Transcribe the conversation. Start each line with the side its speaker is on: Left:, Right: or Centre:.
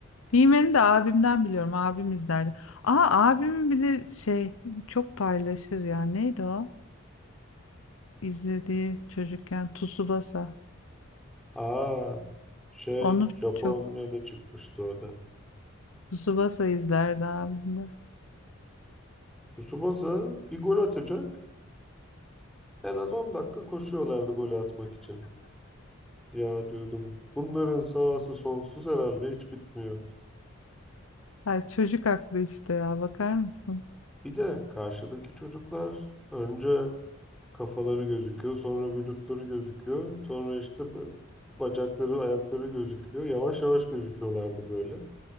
Left: he de abimden biliyorum. Abim izlerdi. Aa abimin bir de şey çok paylaşır ya. Neydi o? İzlediği çocukken Tsubasa.
Centre: Aa, şey
Left: Onu
Centre: Japonya'da
Left: çok
Centre: çıkmıştı o da.
Left: Tsubasa izlerdi abimde.
Centre: Tsubasa bir gol atacak. En az 10 dakika koşuyorlardı golü atmak için. Ya diyordum bunların sahası sonsuz herhalde hiç bitmiyor.
Left: Ay çocuk aklı işte ya bakar mısın?
Centre: Bir de karşıdaki çocuklar önce Kafaları gözüküyor, sonra vücutları gözüküyor, sonra işte bö- bacakları, ayakları gözüküyor. Yavaş yavaş gözüküyorlardı böyle.